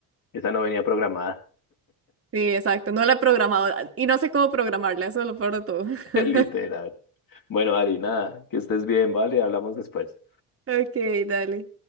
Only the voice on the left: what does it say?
esa no venía programada,
<laughs> literal.
Bueno, Ari, nada, que estés bien, ¿vale? Hablamos después.